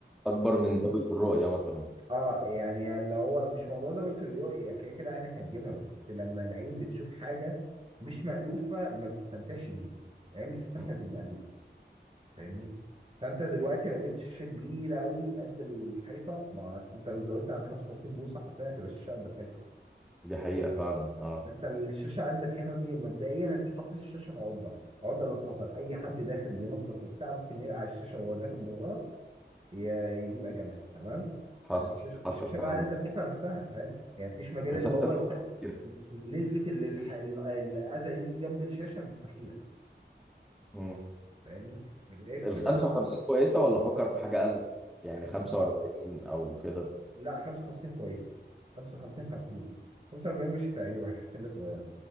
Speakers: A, in the centre; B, on the right (about 30°).
A: اكبر من زاويه الرؤيه مثلا
B: اه يعني اللي هو مش موضوع زاوية الرؤية هي كده كده عينك هتجيبها بس لما العين بتشوف حاجة مش مألوفة ما بتستمتعش بيها العين بتستمتع
A: مم.
B: بالمألوف فاهمني فانت دلوقتي لو جبت شاشة كبيرة قوي قد الحيطة ما أصل انت لو زودت عن 55 بوصة حرفيا هتبقى الشاشة قد الحيطة
A: دي حقيقه فعلا اه
B: انت الشاشة قد الحيطة دي مبدئيا انت حاطط الشاشة في عرضة عرضة للخطر اي حد داخل بينظف وبتاع ممكن يرقع الشاشة وهو داخل بالغلط ي- يجيب اجلها تمام
A: حصل
B: الشيشه
A: حصل
B: الشيشة
A: فعلا
B: بقى قد الحيطه نفسها فاهم يعني مفيش مجال
A: مساحه
B: اللي هو
A: الخ-
B: انت
A: <laughs>
B: نسبه ال- الح- ال- الاذى يجي جنب الشاشه مستحيله
A: مم.
B: فاهمني غير كده
A: ال 55
B: برضه
A: كويسه ولا افكر في حاجه اقل يعني
B: خمسة
A: 45 او كده
B: لا 55 كويسه 55 50 45 مش هتعجبك هتحس انها صغيره